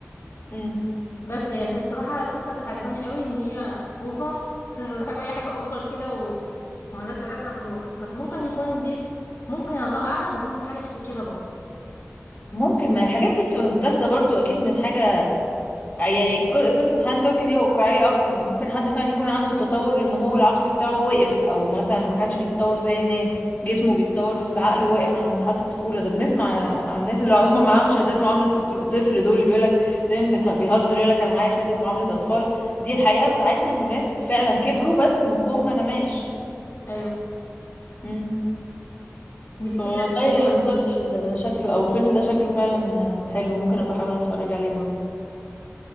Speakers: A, on the left; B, on the left.
A: امم
B: بس يعني كانت صراحة القصة كانت عجباني قوي ان هي اوفر <laughs> انا بحب اي حاجة اوفر كده و... وملهاش علاقة بالواقع بس ممكن يكون دي ممكن الله اعلم يكون في حاجة شكل كده برضه
A: ممكن ما الحاجات دي بتبقى متاخدة برضو اكيد من حاجة آه، يعني ق- قصة حنان تركي دي واقعية أكتر إن ممكن حد فعلا يكون عنده تطور النمو العقلي بتاعه وقف أو مثلا ما كانش بيتطور زي الناس جسمه بيتطور بس عقله واقف عند مرحلة الطفولة ده بنسمع عن الناس اللي هم معاهم شهادات معاملة طفولة طفل دول اللي بيقولك دايما بنه- بيهزر يقولك أنا معايا شهادة معاملة أطفال دي الحقيقة بتاعتها إنه ناس فعلا كبروا بس مخهم ما نماش
B: ايوه
A: مم.
B: انت بتحبي
A: والله
B: افلام دراما
A: المسلسل
B: ايه
A: شكله أو الفيلم ده شكله فعلا حلو ممكن أبقى أحاول أتفرج عليه برضه